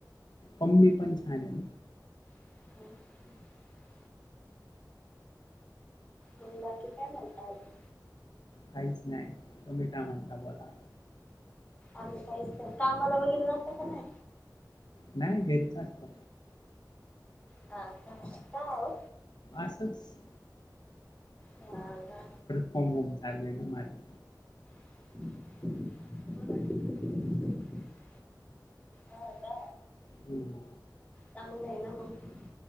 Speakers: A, on the left; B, on the left.
A: मम्मी पण छान आहे.
B: हम् <inaudible> आणि बाकी काय मग काय म्हणताय.
A: काहीच नाही. तूम्ही काय म्हणता बोला,
B: आणि काय कामाला वगैरे जाता का नाही.
A: नाही घरीच असतो
B: हा का का ओ
A: असं च
B: हा का
A: फ्रॉम होम चालू आहे ना माझं
B: ह <unintelligible> हो का
A: हम्म
B: चांगलं आहे ना मग